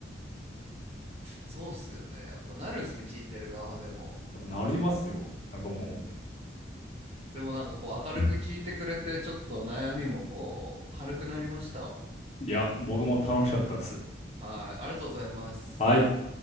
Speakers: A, on the right (about 35°); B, on the left (about 35°).
A: そうっすよね。やっぱなるんすね、聞いてる側でも。
B: やっぱなりますよ。なんかも
A: うん。でもなんかこう明るく聞いてくれて、
B: う、
A: ちょっと悩みもこう軽くなりましたわ。
B: いや、僕も楽しかったです。
A: はい。ありがとうございます。
B: はい。